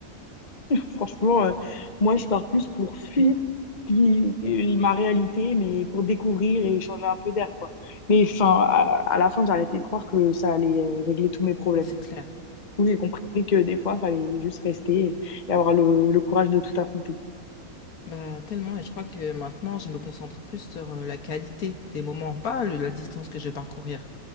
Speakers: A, on the left; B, on the left.
A: Franchement, euh, moi, je pars plus pour fuir qui- ma réalité, mais pour découvrir et changer un peu d'air, quoi. Mais enfin, à, à la fin, j'ai arrêté de croire que ça allait euh, régler tous mes problèmes.
B: C'est clair.
A: Du coup, j'ai compris que des fois, il fallait juste rester et, et avoir le le courage de tout affronter.
B: Bah, tellement, et je crois que maintenant, je me concentre plus sur euh, la qualité des moments, pas le- la distance que je vais parcourir.